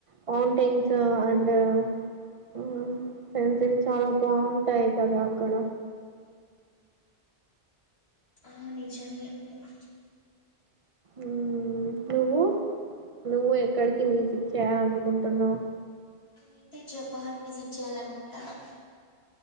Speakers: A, on the right; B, on the left.
A: మౌంటైన్స్ అండ్ ఉమ్ సెన్సారీ చాలా బాగుంటాయి కదా అక్కడ
B: ఆ నిజమే ఉమ్
A: ఉమ్ నువ్వు నువ్వు ఎక్కడికి విజిట్ చేయాలి అనుకుంటున్నావు
B: నేనైతే జపాన్ విజిట్ చేయాలనుకుంటనా